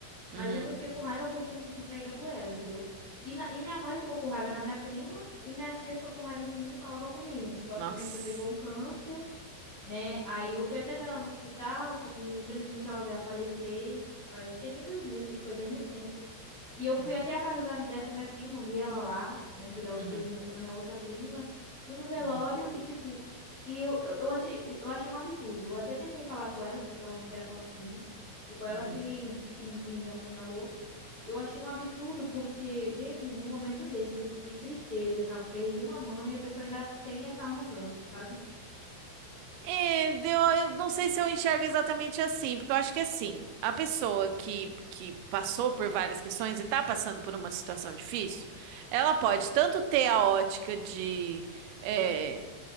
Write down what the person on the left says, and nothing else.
Mas
é que eu fiquei com raiva porque eu me senti traída por ela, entendeu? E, na- e minha mãe ficou com raiva da minha prima, e minha tia ficou com raiva de mim e não falava comigo. Só
que minha tia pegou um câncer né? Aí eu fui até ver ela no hospital, só que infelizmente ela veio a falecer. Faz, tem nem dois meses, foi bem recente. E eu fui
até a casa da- dessa minha prima, vi ela lá, né? Fui dar os
pêsames pra minha outra prima. Fui no velório
e, tipo, e eu, eu, eu achei, eu achei um absurdo. Eu até tentei falar com ela, só que ela não queria falar comigo. E foi ela
que, que me me apunhalou. Eu achei um absurdo porque, gente, num momento desse de, de tristeza, com a perda de uma mãe, a pessoa ainda tem essa arrogância, sabe?